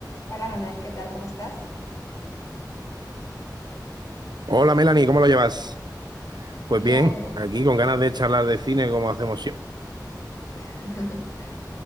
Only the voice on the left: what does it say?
Hola Manuel, ¿qué tal? ¿Cómo estás?
Bien,
<laughs>